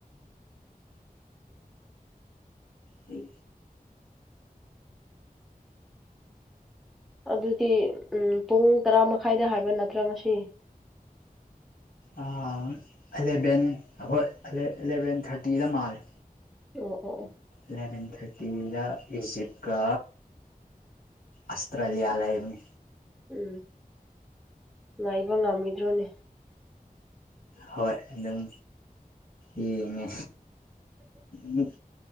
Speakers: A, on the left (about 85°); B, in the centre.
A: ꯍꯣꯏ
B: ꯑꯗꯨꯗꯤ ꯎꯝ ꯄꯨꯡ ꯇꯔꯥ ꯃꯈꯥꯏꯗ ꯍꯥꯏꯕ ꯅꯠꯇ꯭ꯔꯥ ꯉꯁꯤ
A: ꯑ ꯑꯦꯂꯚꯦꯟ ꯑꯍꯣꯏ ꯑꯦꯂ ꯑꯦꯂꯚꯦꯟ ꯊꯥꯔꯇꯤꯗ ꯃꯥꯜꯂꯦ
B: ꯑꯣ ꯑꯣ ꯑꯣ
A: ꯏꯂꯚꯦꯟ ꯊꯥꯔꯇꯤꯗ ꯏꯖꯤꯞꯀ ꯑꯁꯇ꯭ꯔꯂꯤꯌ ꯂꯩꯕꯅꯤ
B: ꯎꯝ ꯉꯥꯏꯕ ꯉꯝꯃꯤꯗ꯭ꯔꯣꯅꯦ
A: ꯍꯣꯏ ꯑꯗꯨꯝ ꯌꯦꯡꯉꯦ ꯃꯨꯛ